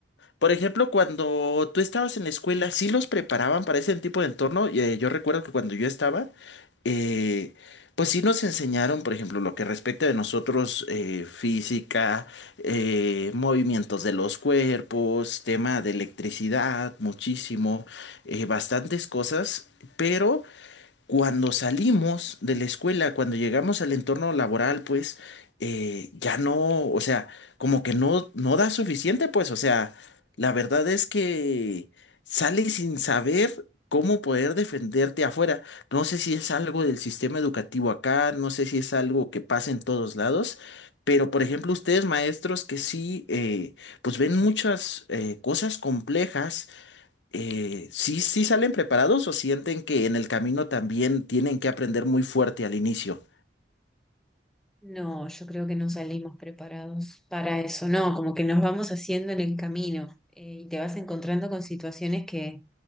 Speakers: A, on the left; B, in the centre.
A: por ejemplo, cuando tú estabas en la escuela, ¿sí los preparaban para ese tipo de entorno? Eh, yo recuerdo que cuando yo estaba. eh, pues sí nos enseñaron, por ejemplo, lo que respecta de nosotros, eh, física, eh, movimientos de los cuerpos, tema de electricidad, muchísimo, eh, bastantes cosas, pero cuando salimos de la escuela, cuando llegamos al entorno laboral, pues eh, ya no, o sea, como que no, no da suficiente, pues, o sea, la verdad es que sales sin saber cómo poder defenderte afuera. No sé si es algo del sistema educativo acá, no sé si es algo que pasa en todos lados, pero por ejemplo, ustedes maestros que sí, eh, pues ven muchas eh, cosas complejas eh, ¿sí, sí salen preparados o sienten que en el camino también tienen que aprender muy fuerte al inicio?
B: No, yo creo que no salimos preparados para eso, no, como que nos vamos haciendo en el camino eh, y te vas encontrando con situaciones que